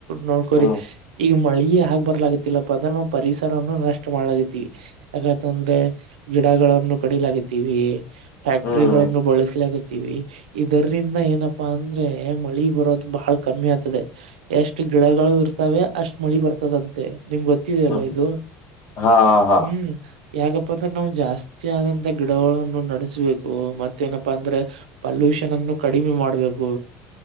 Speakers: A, on the right; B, on the left.
A: ನೋಡ್ಕೊರಿ
B: ಹ್ಮ್
A: ಈಗ ಮಳ ಆಗ್ ಬರ್ಲಾಗತಿಲ್ಲಪ್ಪ ಅಂದ್ರ ನಾವು ಪರಿಸರವನ್ನು ನಷ್ಟ ಮಾಡ್ಲಾಗತಿವಿ ಯಾಕಂತಂದ್ರೆ ಗ ಗಳನ್ನು ಕಡಿಲಾಗವಿ ಫ್ಯಾಕ್ಟ್ರಗಳನ್ನು
B: ಹ್ಮ್
A: ಬಳಸಲ ವಿ ಇದರಿರಂದ ಏನಪ್ಪಾ ಅಂದ್ರೆ ಮಳಿ ಬರೋದು ಬಹಳ ಕಮ್ಮಿ ಆಗ್ತದೆ ಎಷ್ಟು ಗಿಡಗಳು ಇರ್ತವೆ ಅಷ್ಟ್ ಮಳಿ ಬರ್ತದಂತೆ ನಿಮ್ಗೆ ಗೊತ್ತಿದೆಲ್ಲ
B: ಹ್ಮ್
A: ಇದು
B: ಹಾ ಹಾ
A: ಹ್ಮ್ ಯಾಕ ಅಂದ್ರೆ ನಾವು ಜಾಸ್ತಿಯ ಆದಂತ ಗಿಡಗಳನ್ನು ನಡೆಸ್ಬೇಕು ಮತ್ತೇನಪ್ಪಾ ಅಂದ್ರೆ ಪಲ್ಯೂಷನ್ ಅನ್ನು ಕಡಿಮೆ ಮಾಡ್ಬೇಕು